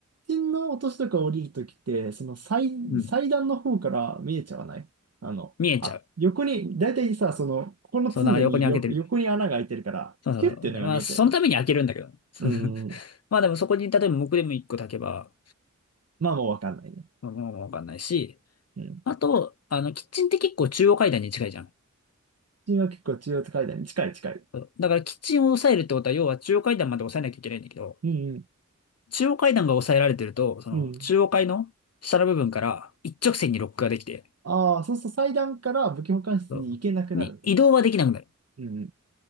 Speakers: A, on the right (about 55°); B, on the left (about 55°).
A: 煙の落としとか降りるときって、その祭最段の方から見えちゃわないあの、
B: うん。見えちゃう。
A: あ、横に、だいたいさ、その、ここの通路によ、
B: そう、なんか横に開けてる。
A: 横に穴が開いてるから、
B: そうそうそう。
A: ヒュッていうのが見えちゃうよね。
B: でまあ、そのために開けるんだけど。<laughs>
A: うん、うん。
B: まあでもそこに、例えば木でも一個炊けば、
A: まあもうわかんないね。
B: まあもうわかんないし。
A: うん。
B: あと、あの、キッチンって結構中央階段に近いじゃん。
A: 君は結構中央階段に近い近い。
B: そうだからキッチンを抑えるってことは、要は中央階段まで抑えなきゃいけないんだけど、
A: うん、うん。
B: 中央階段が抑えられてると、その中央階の下の部分から一直線にロックができて、
A: うん。ああ、そうすると祭壇から武器保管室に行けなくなるんだ。
B: そうに移動はできなくなる。
A: うんうん。